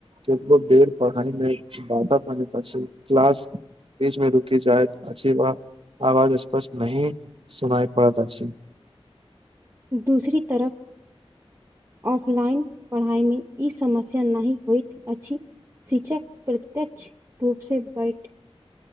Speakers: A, on the right; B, on the right.
A: केतबो बेर पढ़ाइमे बाधा बनैत अछि क्लास बीच मे रुकी जाइत अछि व आवाज स्पष्ट नहि सुनाइ पड़त अछि।
B: दूसरी तरफ ऑफलाइन पढ़ाइ मे ई समस्या नाहि होइत अछि शिक्षक प्रत्यक्ष रूप से बैठ